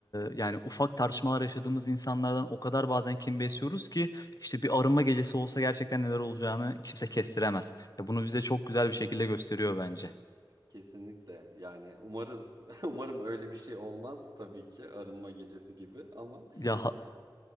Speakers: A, on the left; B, on the right.
A: yani ufak tartışmalar yaşadığımız insanlardan o kadar bazen kin besliyoruz ki işte bir arınma gecesi olsa gerçekten neler olacağını kimse kestiremez. Ya bunu bize çok güzel bir şekilde gösteriyor bence.
B: Kesinlikle. Yani umarız <laughs> umarım öyle bir şey olmaz tabii ki arınma gecesi gibi ama
A: Ya
B: e,